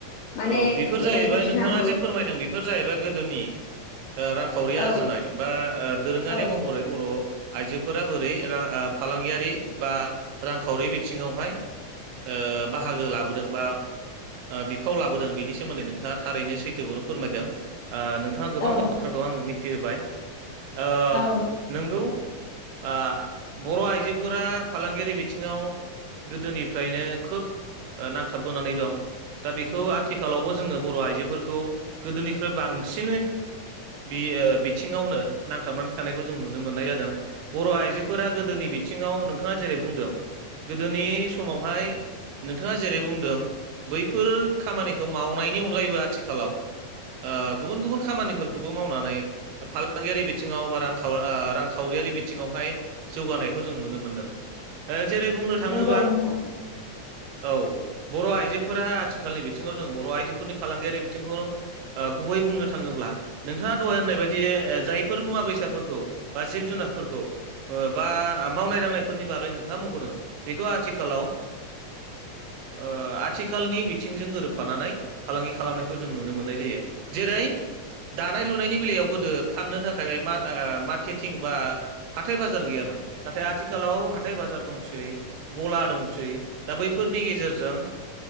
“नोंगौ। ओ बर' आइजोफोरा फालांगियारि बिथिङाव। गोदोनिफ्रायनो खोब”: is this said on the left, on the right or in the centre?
Right